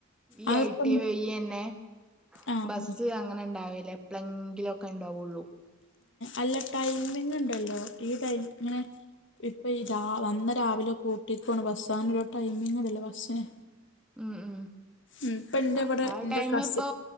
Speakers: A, in the centre; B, on the left.
A: ഈ
B: അതിപ്പം
A: ഐടി വയ്യന്നെ
B: ആഹ്
A: ബസ് അങ്ങ അങ്ങനെ ണ്ടാവേല്ലേ പ്ലെങ്കിലൊക്കെ ഉണ്ടാവുള്ളൂ.
B: അല്ല ടൈമിങ് ണ്ടല്ലോ ഈ ടൈ ഇങ്ങനെ ഇപ്പോ ഈ രാ വന്ന രാവിലെ കൂട്ടിക്കോണ ബസ്സാ ന്നൊരു ടൈമിങ്ങ് ഇല്ലല്ലോ ബസ്സിന്
A: ഉം ഉം
B: ഉം ഇപ്പ എന്റെ
A: ആ
B: ഇവിടെ
A: ആ
B: എന്റെ
A: ടൈം
B: കസിൻ
A: ഇപ്പൊ